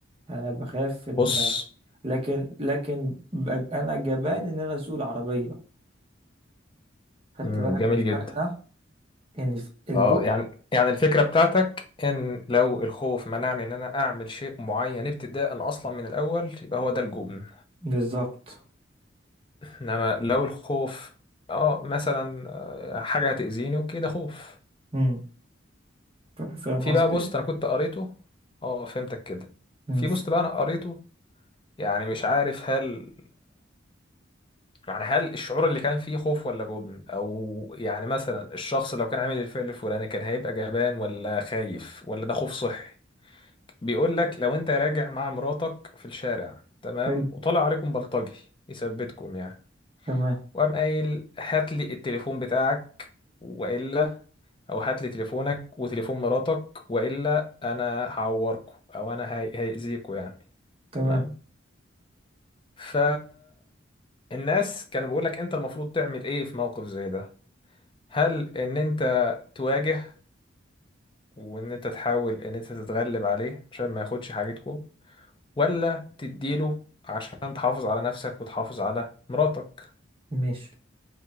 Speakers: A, on the right (about 30°); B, on the left (about 25°).
A: انا بخاف ان
B: بص
A: لكن لكن ب- انا جبان ان انا اسوق العربيه خدت
B: مم.
A: بالك
B: جميل
A: من الفرق
B: جدا
A: ده يعني ف- الجو
B: اه يعني يعني الفكرة بتاعتك ان لو الخوف منعني ان انا اعمل شيء معين ابتداء اصلا من الاول يبقى هو ده الجبن
A: بالظبط
B: انما لو الخوف اه مثلا آه، حاجة هتأذيني وكده خوف
A: امم فا- فاهم
B: في
A: قصدي
B: بقى بوست انا كنت قريته اه فهمتك كده
A: امم
B: في بوست بقى انا قريته يعني مش عارف هل يعني هل الشعور اللي كان فيه خوف ولا جبن او يعني مثلا الشخص لو كان عامل الفعل الفلاني كان هيبقى جبان ولا خايف ولا ده خوف صحي بيقول لك لو انت راجع مع مراتك في الشارع تمام
A: حلو
B: وطلع عليكم بلطجي يثبتكم يعني
A: تمام
B: وقام قايل هات لي التليفون بتاعك والا او هات لي تليفونك وتليفون مراتك والا انا هعوركم او انا هي- هيأذيكوا يعني
A: تمام
B: تمام ف الناس كانوا بيقولك انت المفروض تعمل ايه في موقف زي ده هل ان انت تواجه وان انت تحاول ان انت تتغلب عليه عشان ما ياخدش حاجتكو ولا تديله عشان تحافظ على نفسك وتحافظ على مراتك
A: ماشي